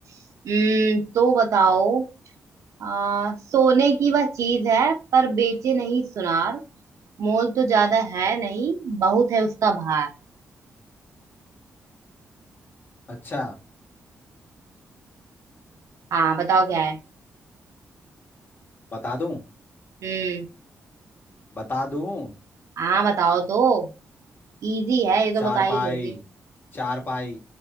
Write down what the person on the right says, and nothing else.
हम्म तो बताओ आ, सोने की वह चीज है पर बेचे नहीं सुनार मोल तो ज्यादा है नहीं बहुत है उसका भार
हाँ बताओ क्या है
हम्म
हाँ बताओ तो इजी है ये तो
बता ही लोगे